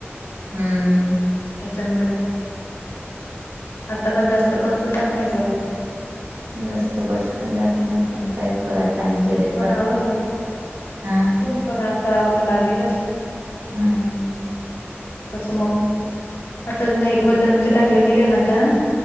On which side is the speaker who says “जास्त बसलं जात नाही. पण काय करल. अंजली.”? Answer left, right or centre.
Right